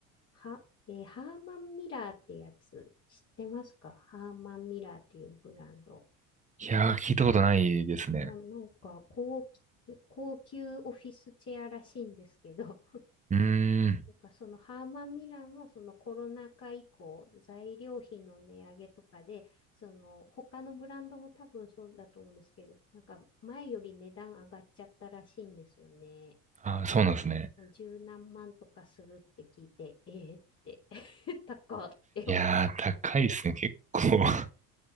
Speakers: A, on the left; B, on the right.
A: は、えーハーマンミラーってやつ、知ってますかハーマンミラーっていうブランド。
B: いやー、聞いたことないですね。
A: まあ、なんか高、高級オフィスチェアらしいんですけど、
B: うーん。
A: なんかそのハーマン・ミラーもそのコロナ禍以降材料費の値上げとかでその他のブランドも多分そうだと思うんですけどなんか前より値段上がっちゃったらしいんですよね。
B: あー、そうなんですね。
A: もう十何万とかするって聞いてえー、って <laughs> 高っって思う
B: いやー、高いですね、結構。<laughs>